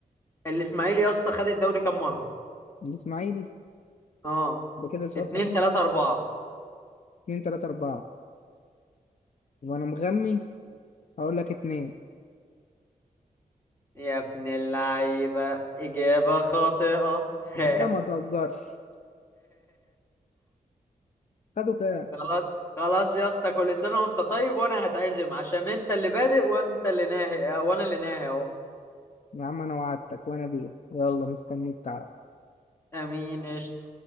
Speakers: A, on the left (about 15°); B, on the left (about 55°).
A: الاسماعيلي يا اسطى خد الدوري كام مرة
B: الاسماعيلي
A: اه
B: ده كده سؤال
A: اتنين
B: خفيف
A: تلاتة اربعة
B: اتنين تلاتة أربعة وأنا مغمي هقول لك اتنين
A: يا ابن اللعيبة اجابة خاطئة <laughs>
B: لا ما تهزرش خدوا كام
A: خلاص خلاص يا اسطى كل سنة وانت طيب وانا هتعزم عشان انت اللي بادئ وانت اللي ناهي آه، وانا اللي ناهي اهو
B: يا عم أنا وعدتك وأنا بيه يلا مستنيك تعال
A: امين قشطة